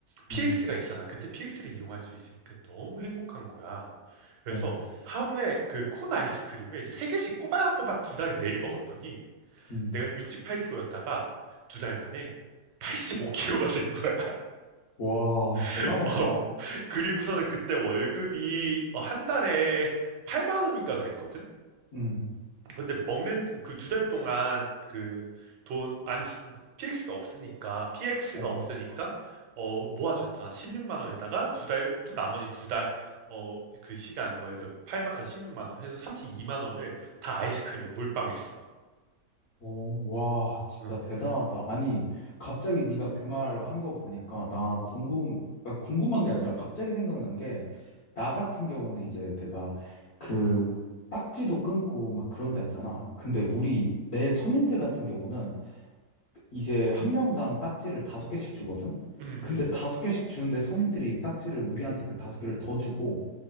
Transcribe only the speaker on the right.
PX가
있잖아. 그때 PX를 이용할 수 있으니까 너무 행복한 거야. 그래서
하루에 그 콘 아이스크림을 세개씩 꼬박꼬박 두 달을 내리 먹었더니
내가 68kg였다가 두 달 만에 85kg가 된 거야.
<laughs> 어, 그리고서는 그때 월급이 어, 한 달에 8만 원인가 그랬거든?
근데 먹는 그 두 달 동안 그 돈안 PX가 없으니까 PX가
없으니까 어 모아줬잖아. 16만 원에다가 두 달 또 나머지 두 달 어 그 시간 월급 8만 아, 16만 원 해서 32만 원을 다 아이스크림에 몰빵했어.
응.
응,
응,